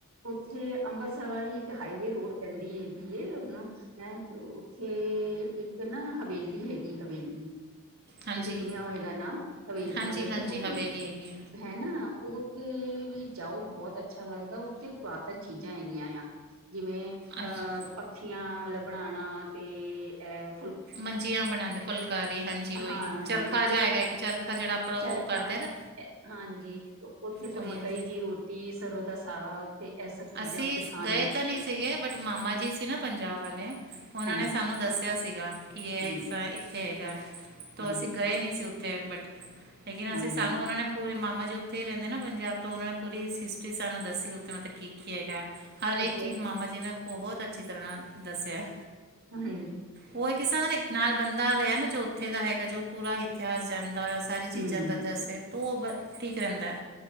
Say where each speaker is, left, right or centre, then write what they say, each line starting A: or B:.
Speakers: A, on the right (about 75°); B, on the right (about 50°).
A: ਉਥੇ ਅੰਬਰਸਰ ਵਾਲੀ ਇੱਕ ਹਾਈਵੇ ਰੋਡ ਪੈਂਦੀ ਹੈਗੀ ਏ ਉਹਨੂੰ। ਹੈਂ, ਤੇ ਉਥੇ ਇਕ ਨਾ ਹਵੇਲੀ ਹੈਗੀ ਹਵੇਲੀ
B: ਹਾਂਜੀ,
A: ਤੁਸੀ ਸੁਨਿਆ ਹੋਏਗਾ ਨਾਮ, ਹਵੇ-ਮਤਲਬ
B: ਹਾਂਜੀ-ਹਾਂਜੀ
A: ਕਿ ਉਥੇ
B: ਹਵੇਲੀ ਹੈਗੀ
A: ਹੈ ਨਾ ਓ ਉਥੇ ਵੀ ਜਾਓ ਬਹੁਤ ਅੱਛਾ ਲੱਗਦਾ ਉਥੇ ਪੁਰਾਤਨ ਚੀਜਾ ਹੈਗੀਆਂ ਆ ਜਿਵੇ
B: ਅੱਛਾ
A: ਅਹ ਪੱਖੀਆਂ ਮਤਲਬ ਬਣਾਉਣਾ ਤੇ ਅਹ
B: ਮੰਜੀਆਂ ਬਣਾਉਦੇ ਫੁਲਕਾਰੀ ਹਾਂਜੀ ਓਹੀ
A: ਹਾਂਜੀ
B: ਚਰਖਾ
A: ਉਹ
B: ਜਹਾ ਹੈਗਾ ਇੱਕ ਚਰਖਾ ਜਿਹੜਾ ਆਪਣਾ ਉਹ
A: ਚਰਖਾ
B: ਕਰਦੇ ਨਾ।
A: ਹਾਂਜੀ ਉਥੇ ਫੇਰ
B: ਉਹੀ
A: ਮਕਈ
B: ਹੈ।
A: ਦੀ ਰੋਟੀ, ਸਰੋਂ ਦਾ ਸਾਗ ਤੇ ਇਹ ਸਭ ਚੀਜ਼ਾਂ
B: ਅਸੀ
A: ਉੱਥੇ ਖਾਣ
B: ਗਏ
A: ਨੂੰ
B: ਤਾਂ ਨਹੀ ਸੀਗੇ ਬਟ ਮਾਮਾ ਜੀ ਸੀ ਨਾ ਪੰਜਾਬ ਵਾਲੇ ਉਹਨਾ
A: ਹਾਂਜੀ
B: ਨੇ ਸਾਨੂੰ ਦੱਸ ਦੱਸਿਆ ਸੀਗਾ ਕਿ ਇਹ
A: ਜੀ
B: ਇਸ ਇੱਥੇ ਹੈਗਾ ਤ
A: ਜੀ
B: ਅਸੀਂ ਗਏ ਨਹੀ ਸੀ ਉਥੇ ਬਟ ਲੇਕਿਨ ਅਸੀ
A: ਹਾਂਜੀ
B: ਸਾਨੂੰ ਉਹਨਾਂ ਨੇ ਪੂਰੇ ਮਾਮਾ ਜੀ ਉਥੇ ਹੀ ਰਹਿੰਦੇ ਨਾ ਪੰਜਾਬ ਤੋਂ ਉਹਨਾਂ ਨੇ ਪੂਰੀ ਹਿਸਟਰੀ ਸਾਨੂੰ ਦੱਸੀ ਉਥੇ ਮਤਲਬ ਕੀ ਕੀ ਹੈਗਾ ਹਰੇਕ
A: ਉੱਥੇ
B: ਚੀਜ ਮਾਮਾ ਜੀ ਨੇ ਬਹੁਤ ਅੱਛੀ ਤਰ੍ਹਾਂ ਨਾਲ ਦੱਸਿਆ।
A: ਹਾਂਜੀ
B: ਉਹ ਕਿਸ ਤਰ੍ਹਾਂ ਦਾ ਇੱਕ ਨਾਲ ਬੰਦਾ ਰਿਹਾ ਨਾ ਜੋ ਉਥੇ ਦਾ ਹੈਗਾ ਜੋ ਪੂਰਾ ਇਤਿਹਾਸ ਜਾਂਣਦਾ ਹੋਏ। ਸਾਰੀ ਚੀਜਾ
A: ਹਮ
B: ਦਾ ਦੱਸੇ ਤੁ ਉਹ ਠੀਕ ਰਹਿੰਦਾ।